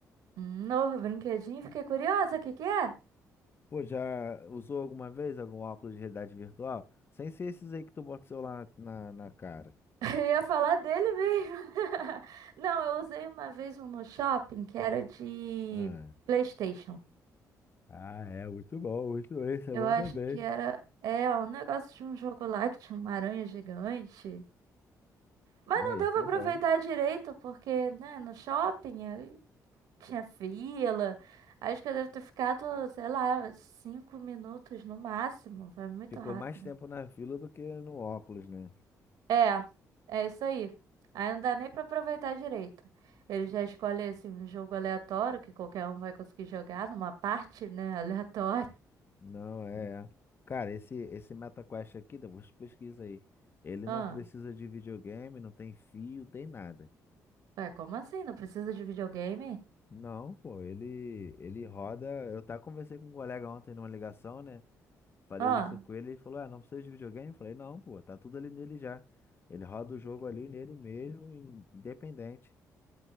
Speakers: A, on the right; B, on the left.
A: Um novo brinquedinho? Fiquei curiosa, o que que é?
B: Pô, já usou alguma vez algum óculos de realidade virtual? Sem ser esses aí que tu bota o celular na, na na cara.
A: <laughs> Eu ia falar dele mesmo. <laughs> Não, eu usei uma vez um no shopping que era de
B: Ah,
A: PlayStation.
B: Ah, é, muito bom, muito bom. Esse é
A: Eu
B: bom
A: acho
B: também.
A: que era, é, um negócio de um jogo lá que tinha uma aranha gigante. Mas
B: Não,
A: não
B: esse
A: deu pra
B: é
A: aproveitar
B: bom.
A: direito, porque, né, no shopping. tinha fila. Acho que eu devo ter ficado, sei lá, cinco minutos no máximo. Foi muito
B: Ficou
A: rápido.
B: mais tempo na fila do que no óculos, né?
A: É, é isso aí. Aí não dá nem pra aproveitar direito. Ele já escolhe assim, um jogo aleatório que qualquer um vai conseguir jogar numa parte, né, <laughs> aleatória.
B: Não, é. é. Cara, esse, esse MetaQuest aqui, depois pesquisa aí. Ele
A: Ah,
B: não precisa de videogame, não tem fio, tem nada.
A: ué, como assim? Não precisa de videogame?
B: Não, pô, ele, ele roda. Eu até conversei com um colega ontem numa ligação, né? Falei
A: Ah,
B: isso com ele, ele falou: Ah, não precisa de videogame? Eu falei: Não, pô, tá tudo ali nele já. Ele roda o jogo ali nele mesmo, independente.